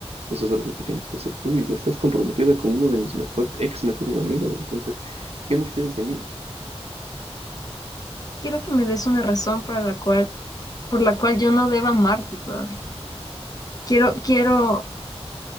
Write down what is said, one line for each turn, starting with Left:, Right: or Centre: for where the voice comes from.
Right: Eso es algo que tienes que hacer tú y ya estás comprometida con uno de mis mejor, ex mejores amigos. Entonces, ¿qué más quieres de mí?
Left: Quiero que me des una razón para la cual, por la cual yo no deba amarte todavía. Quiero, quiero